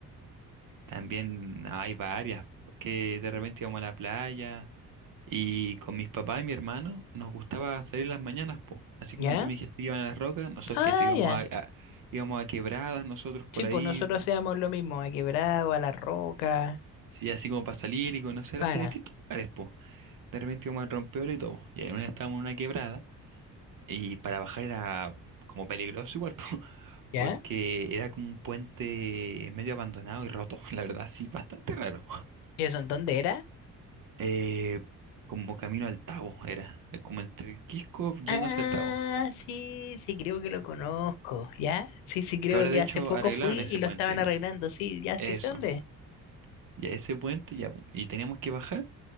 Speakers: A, on the right (about 40°); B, on the left (about 65°).
A: También no, hay varias, que de repente íbamos a la playa y con mis papás y mi hermano nos gustaba salir las mañanas, po. Así
B: ¿Ya?
A: como tú me dijiste que iban a las rocas, nosotros
B: Ah,
A: que sí íbamos
B: ya.
A: a, a- íbamos a quebradas, nosotros por
B: Sí, pues
A: ahí,
B: nosotros hacíamos lo mismo, a Quebrado, a La Roca.
A: sí, así como para salir y conocer
B: Claro.
A: así distintos lugares, po. De repente íbamos al rompeola y todo. Y ahí estábamos en una quebrada. Y para bajar era como peligroso igual, <laughs> po,
B: ¿Ya?
A: porque era como un puente medio abandonado y roto, <laughs> la verdad, sí, bastante raro.
B: ¿Y eso en dónde era?
A: Eh, como camino al Tabo era, eh, como entre el Quisco yendo
B: Ah,
A: hacia el Tabo.
B: sí, sí, creo que lo conozco. ¿Ya? Sí, sí, creo
A: Que ahora
B: que
A: de hecho
B: hace poco
A: arreglaron
B: fui
A: ese
B: y lo
A: puente.
B: estaban arreglando. Sí, ya,
A: Eso.
B: sí sé dónde. es.
A: Y a ese puente ya, bu- y teníamos que bajar.